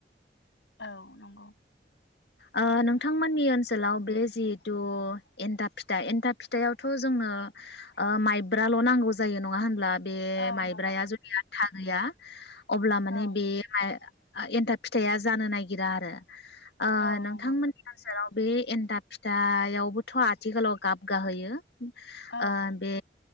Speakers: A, on the left; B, on the left.
A: औ नंगौ
B: ओ‌ नोंथांमोननि ओ ओनसोलाव बे जिहेतु एन्था फिथा एन्था फिथायावथ' जोंनो ओ माइब्राल' नांगौ जायो नङा होनब्ला बे
A: औ
B: माइब्राया
A: नंगौ
B: जुदि आ था गैया अब्ला
A: नोंथां
B: माने
A: औ
B: बे माइ एन्थाब फिथाइया जानो नागिरा आरो ओ
A: औ
B: नोंथांमोन
A: नंगौ
B: <unintelligible> बे एनन्दाब फिथा यावबोथ' आथिखालाव गाब गाहोयो
A: औ
B: ओ बे